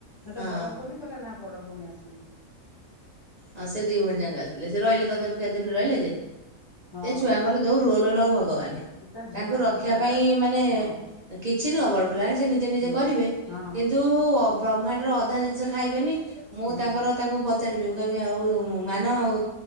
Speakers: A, on the left; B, on the right.
A: ନା ତା
B: ହଁ
A: ବଡ ଭଉଣୀ କଲା ନା ବଡ ଭଉଣୀ ଆସନି।
B: ହଁ ସେ ଦି ଭଉଣ ଯାକ ଆସିଥିଲେ ସେ ରହିଲେ ତଥାପି କେତେ ଦିନ ରହିଲେ ଯେ
A: ହଁ।
B: ସେ ଛୁଆଙ୍କର ଯୋଉ ରୋଲ ‌ଲୋ ଭଗବାନ।
A: ତା ଝିଅ
B: ତାଙ୍କୁ
A: ଟା ବହୁତ
B: ରଖିବା
A: ଚାଲାକ୍
B: ପାଇଁ ମାନେ
A: ହଁ
B: କିଛି ଛିନୁହ ବଡ଼ ପିଲାଣି ସେ ନିଜେ ନିଜେ
A: ହୁଁ।
B: କରିବେ
A: ହଁ
B: କିନ୍ତୁ ବ୍ରହ୍ମାଣ୍ଡର ଅଧା ଜିନିଷ ଖାଇବେନି ମୁଁ
A: ହଁ
B: ତାଙ୍କର ତାଙ୍କୁ ପଚାରିମି ମୁଁ କଇମି ଆଉ ମୋ ମାନ ଆଉ